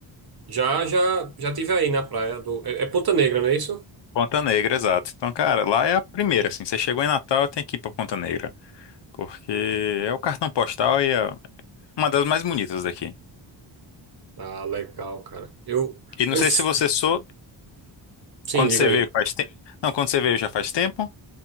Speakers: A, on the right; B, on the left.
A: Já já já tive aí na praia do é, é Ponta Negra, não é isso?
B: Ponta Negra, exato. Então, cara, lá é a primeira, assim. Você chegou em Natal, tem que ir pra Ponta Negra, porque é o cartão postal e é uma das mais bonitas daqui.
A: Ah, legal, cara. Eu
B: E não
A: eu
B: sei
A: f-
B: se você sou,
A: sim,
B: quando
A: diga
B: você
A: aí.
B: veio faz tempo. Não, quando você veio já faz tempo.